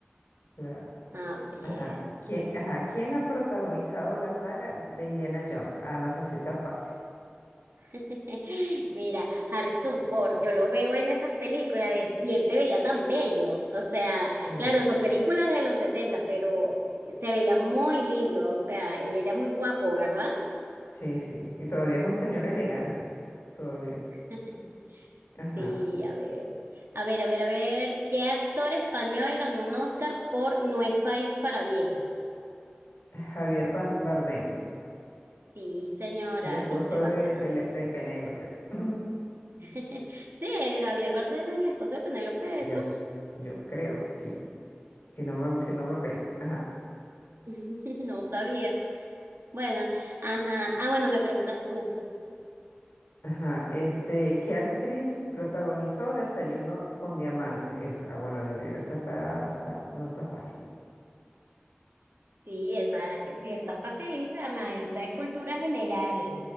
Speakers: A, on the left; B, on the right.
A: claro.
B: A ver.
A: Ajá. ¿Quién, ajá, ¿quién ha protagonizado la saga de Indiana Jones? Ah, no, esa sí está fácil.
B: <laughs> Mira, Harrison Ford, yo lo veo en esas películas de- y él se veía tan bello. O sea,
A: Eh,
B: claro, son películas de los 70, pero se veía muy lindo. O sea, él era muy guapo, ¿verdad?
A: sí, sí. Y todavía es un señor elegante. Todavía.
B: <laughs>
A: Ajá.
B: Sí, a ver. A ver, a ver, a ver. ¿Qué actor español ganó un Oscar por No es país para viejos?
A: Javier Ban- Bardem,
B: Sí, señora,
A: el esposo
B: viste, vas
A: de,
B: ganando.
A: Pele- de Penélope. <laughs> Mm,
B: <laughs> Sí, es Javier Bardem es el esposo de Penélope
A: Yo,
B: Cruz.
A: yo creo, sí, si no me, si no me pelo. Ajá,
B: <laughs> No sabía. Bueno, ajá. Ah, bueno, me preguntas tú.
A: ajá. Este, ¿qué actriz protagonizó Desayuno con Diamantes? Esa, bueno, digo yo, esa está, está- no está fácil.
B: Sí, esa, que sí, está facilísima, esa es cultura general.